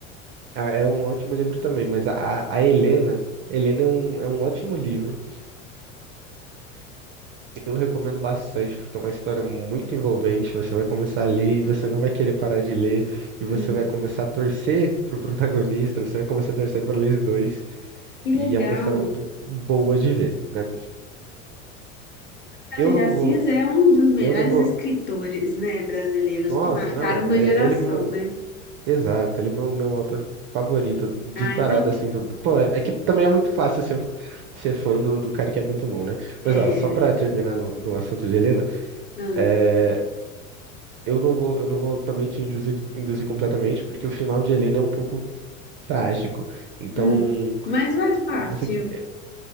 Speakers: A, on the right (about 30°); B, on the left (about 25°).
A: é um ótimo livro também, mas a, a Helena, Helena é um, é um ótimo livro. Eu recomendo bastante, porque é uma história muito envolvente. Você vai começar a ler e você não vai querer parar de ler, e você
B: Hum,
A: vai começar a torcer pro protagonista, você vai começar a torcer para eles dois,
B: que legal.
A: e é uma história muito boa de ver, né?
B: Machado
A: Eu
B: de
A: não
B: Assis
A: vou,
B: é um dos melhores
A: eu não vou.
B: escritores, né, brasileiros
A: Nossa,
B: que marcaram
A: não,
B: uma
A: é-
B: geração,
A: ele é meu.
B: né?
A: Exato, ele é o meu, meu autor favorito, disparado
B: Ah, então,
A: assim do. Pô, é que também é muito fácil ser, ser fã do, do cara que é muito bom, né?
B: é,
A: Mas ó, só pra terminar no, no assunto de Helena,
B: hum,
A: é, eu não vou, eu não vou também te induzir, induzir completamente, porque o final de Helena é um pouco trágico. Então,
B: hum. mas faz
A: se
B: parte.
A: você que.